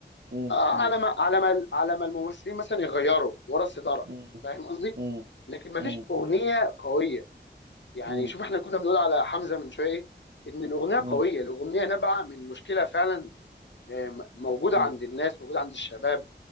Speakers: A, on the right (about 65°); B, on the left (about 75°).
A: مم.
B: اه
A: مم.
B: على ما على ما على ما الممثلين مثلا يغيروا ورا الستاره
A: مم.
B: فاهم قصدي؟
A: مم.
B: لكن ما
A: مم.
B: فيش اغنيه قويه يعني
A: مم.
B: شوف احنا كنا بنقول على حمزه من شويه إيه؟ ان الاغنيه
A: مم.
B: قويه الاغنيه نابعه من مشكله فعلا آه، م- موجوده
A: مم.
B: عند الناس موجوده عند الشباب